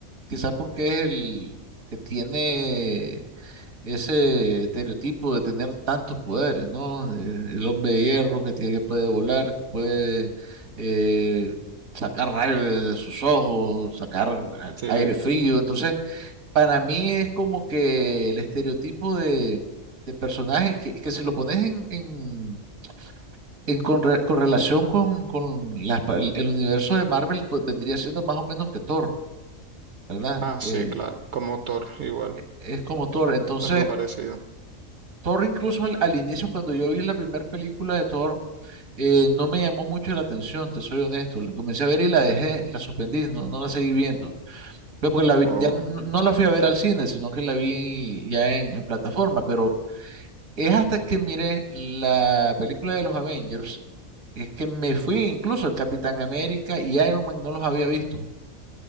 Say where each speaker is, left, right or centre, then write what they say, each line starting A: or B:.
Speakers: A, on the right; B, on the right.
A: Quizás porque es el que tiene ese estereotipo de tener tantos poderes, ¿no? Eh, El hombre de hierro que tiene, que puede volar, que puede eh, sacar rayos de, de sus ojos, sacar a-
B: Sí.
A: aire Sí. frío. Entonces, para mí es como que el estereotipo de, de personaje que, que si lo pones en, en, en corre- correlación con, con las pa- el, el universo de Marvel, pues vendría siendo más o menos que Thor, ¿verdad?
B: Ah,
A: Eh,
B: sí, claro, como Thor, igual,
A: es como Thor. Entonces,
B: algo parecido.
A: Thor incluso al, al inicio, cuando yo vi la primera película de Thor, eh, no me llamó mucho la atención, te soy honesto. La comencé a ver y la dejé, la suspendí, no, no la seguí viendo. Pero porque la vi-
B: Oh,
A: ya n- no la fui a ver al cine, sino que la vi ya en, en plataforma. Pero es hasta que miré la película de los Avengers, es que me fui incluso el Capitán América y Iron Man no los había visto.